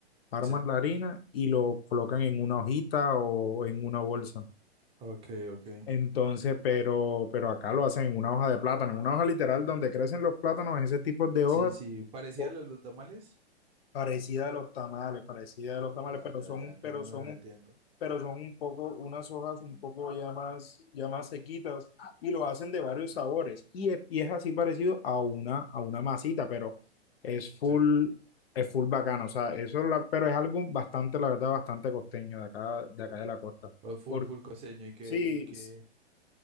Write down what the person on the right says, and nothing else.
Sí.
Ok, ok.
Sí, sí, parecía
lo de los tamales.
Ya,
ya,
ya,
entonces
más o
menos la
entiendo.
Sí.
Ah.
Oh, Full,
full coseño. Y que,
y que,